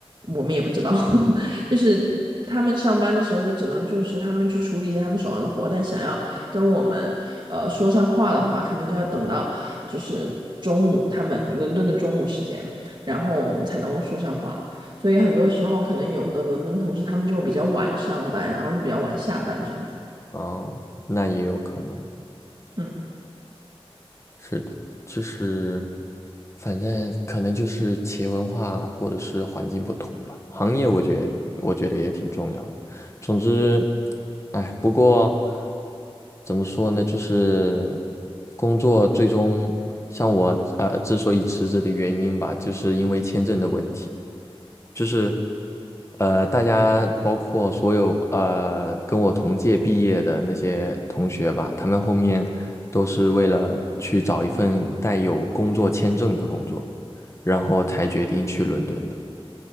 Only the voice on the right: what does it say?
我们也不知道，<laughs> 就是他们上班的时候就只能就是他们去处理一些他们手上的活，但想要跟我们呃说上话的话，可能就要等到就是中午，他们伦敦的中午时间，然后我们才能够说上话，所以很多时候可能有的伦敦同事他们就会比较晚上班，然后就比较晚下班这样子。
嗯。